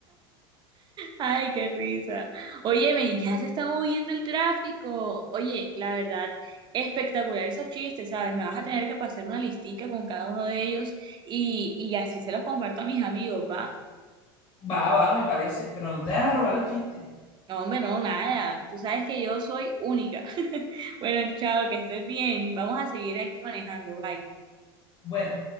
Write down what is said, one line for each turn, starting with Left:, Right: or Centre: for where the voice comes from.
Right: Ay, qué risa. Óyeme, ya se está moviendo el tráfico. Oye, la verdad, espectacular esos chistes, ¿sabes? Me vas a tener que pasar una listica con cada uno de ellos y, y así se los comparto a mis amigos, ¿va?
Left: Va, va, me parece. Pero no te dejas robar los chistes.
Right: No, hombre, no, nada. Tú sabes que yo soy única. <laughs> Bueno, chao, que estés bien. Vamos a seguir aquí manejando. Bye.
Left: Bueno.